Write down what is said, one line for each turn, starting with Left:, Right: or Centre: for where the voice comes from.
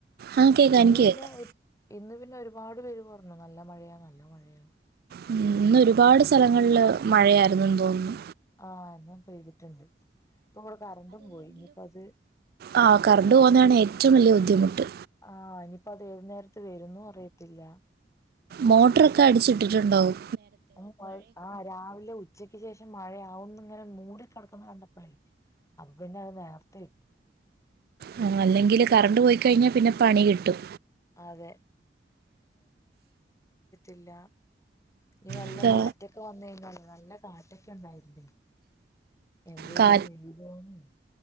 Right: ആ കേൾക്കാം
Left: ഇന്ന്
Right: എനിക്ക്
Left: പിന്നെ
Right: കേൾക്കാം
Left: ഒരു ഇന്ന് പിന്നെ ഒരുപാട് പേര് പറഞ്ഞു നല്ല മഴയാാണ് നല്ല മഴയാാണ്
Right: ഉ ഇന്ന് ഒരുപാട് സ്ഥലങ്ങളിൽ മഴയായിരുന്നു തോന്നുന്നു
Left: ആഹ ഇന്നും പൈതിട്ടുണ്ട് ഇപ്പൊ ഇവിടെ കറന്റ്‌ ഉം പോയി ഇനിയിപ്പോ അത്
Right: ആഹ് കറണ്ട്
Left: ആഹ്
Right: പോകുന്നതാണ് ഏറ്റവും വലിയ ബുദ്ധിമുട്ട്
Left: ആഹ് ഇനിയിപ്പോ ഏത് നേരത്ത് വരുന്നു അറിയത്തില്ല
Right: മോട്ടറൊക്കെ അടിച്ചിട്ടിട്ടുണ്ടാവും
Left: ഉ ആ രാവിലെ ഉച്ചക്ക് ശേഷം മഴയാവുന്നു അങ്ങനെ മൂടിക്കിടക്കുന്ന കണ്ടപ്പളെ അന്നെ അത് നേരത്തെ
Right: ആ അല്ലെങ്കിൽ കറണ്ട് പോയിക്കഴിഞ്ഞാൽ പിന്നെ പണി കിട്ടും
Left: അതെ ഇല്ല ഞ്ഞി വല്ല
Right: ഇത്
Left: കാറ്റൊക്കെ വന്ന് കഴിഞ്ഞാ നല്ല കാറ്റൊക്കെ ഉണ്ടായിരുന്നേ എന്തേലും
Right: കാ
Left: വീണിനൊന്ന്